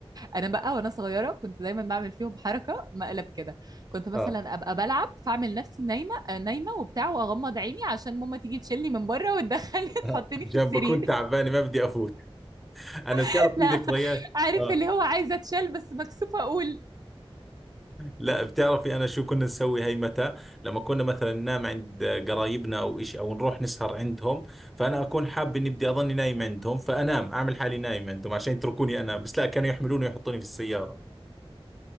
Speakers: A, on the right (about 40°); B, in the centre.
A: انا بقى وانا صغيرة كنت دايما بعمل فيهم حركة مقلب كده كنت مثلا
B: اه
A: ابقى بلعب فاعمل نفسي نايمة آه، نايمة وبتاع واغمض عيني عشان ماما تيجي تشيلني من بره وتدخلني
B: <laughs>
A: <laughs>
B: آه.
A: تحطني
B: عشان
A: في السرير
B: بكون تعبان ما بدي افوت انا بتعرف
A: <laughs>
B: في
A: لا
B: ذكريات
A: عارف
B: اه
A: اللي هو عايزة اتشال بس مكسوفة اقول
B: لا بتعرفي انا شو كنا نسوي هاي متى لما كنا مثلا ننام عند قرايبنا او إشي او نروح نسهر عندهم فانا اكون حاب اني بدي اضلني نايم عندهم فانام اعمل حالي نايم عندهم عشان يتركوني انام بس لا كانوا يحملوني ويحطوني في السيارة